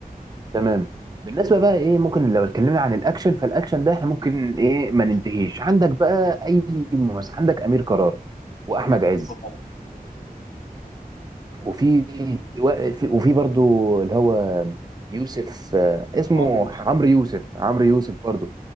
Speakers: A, on the right; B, on the left.
A: تمام بالنسبه بقى ايه ممكن لو اتكلمنا عن الاكشن فالاكشن ده احنا ممكن ايه ما ننتهيش عندك بقى اي ممثل عندك امير كرارة واحمد
B: امير
A: عز
B: كرارة طبعا
A: وفي وفي وفي برضو اللي هو يوسف آه، اسمه
B: عمرو يوسف
A: عمرو يوسف عمرو يوسف برضو